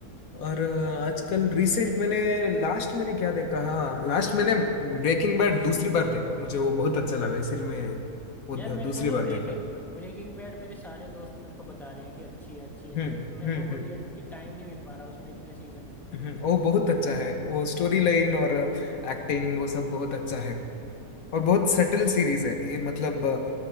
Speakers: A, on the left; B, in the centre.
A: और
B: अच्छा
A: अ, आजकल रिसेंट मैंने लास्ट मैंने क्या देखा हाँ लास्ट मैंने ब्रेकिंग बैड दूसरी बार देखा मुझे वो बहुत अच्छा लगा इसलिए मैं वो
B: यार
A: द-
B: मेरे
A: दूसरी
B: को ना
A: बार
B: ब्रेकिंग
A: देखा
B: ब्रेकिंग बैड मेरे सारे दोस्त मेरे को बता रहे हैं कि अच्छी है अच्छी है लेकिन
A: हम्म
B: मेरे
A: हम्म
B: को वो
A: हम्म
B: ये कि टाइम नहीं मिल पा रहा उसमें इतने सीजन है
A: हम्म, वो बहुत अच्छा है वो स्टोरी लाइन और एक्टिंग वो सब बहुत अच्छा है और बहुत सटल सीरीज है ये मतलब